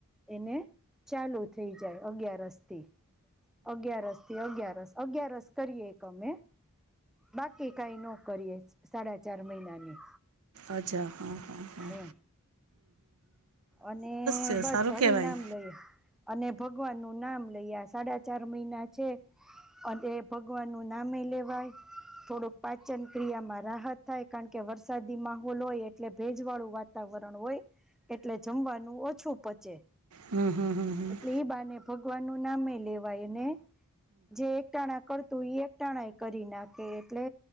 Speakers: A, in the centre; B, on the right.
A: એને ચાલુ થઈ જાય અગિયાર હતા અગ્યયારસ થી અગિયારસ અગિયારસ કરીએ એક અમે બાકી કઈ નો કરીએ સાડા ચાર મહિનાની
B: અચ્છા હા હા હા
A: એમ અને
B: છે
A: બસ
B: સારું
A: ફરી
B: કહેવાય
A: નામ લઈ અને ભગવાન નું નામ લઈ આશે સાડા ચાર મહિના છે અને ભગવાનનું નામે લેવાય થોડુંક પાચન ક્રિયામાં રાહત થાય કારણ કે વરસાદી માહોલ હોય એટલે ભેજ વાળું વાતાવરણ હોય એટલે જમવાનું ઓછું પચે
B: હમ હમ હમ
A: એટલે
B: હ
A: ઈ બાને ભગવાનનું નામેય લેવાય અને જે એક ટાણા કર તું એક ટાણાય કરી નાખે એટલે